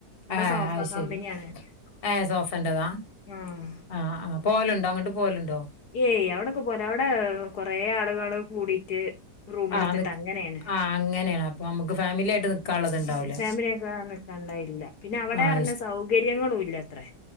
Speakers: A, on the left; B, on the left.
A: അവിടെ
B: ഏഹ്
A: സോഫ
B: അത്
A: കമ്പനിയാണ്
B: ശരി ഏ സോഫന്റെതാ
A: ആഹ്
B: ആഹ് ആഹ് പോവല്ണ്ടോ അങ്ങട്ട് പോവല്ണ്ടോ
A: ഏയ് അവടെക്കെ പോരാ അവടെ കൊറേ ആളുകൾ കൂടിട്ട് റൂമെട്ത്ത്ട്ട്
B: ആഹ് നി
A: അങ്ങനെണ്
B: ആഹ് അങ്ങനെയാണ് അപ്പൊ നമുക്ക് ഫാമിലി ആയിട്ട് നിക്കാനുള്ളത് ഇണ്ടാവൂല
A: ഫാമിലിയൊക്കെ <unintelligible> പിന്നെ അവടെ
B: ആഹ്
A: ർഞ്ഞ സൗകര്യങ്ങളുല്ലത്രേ.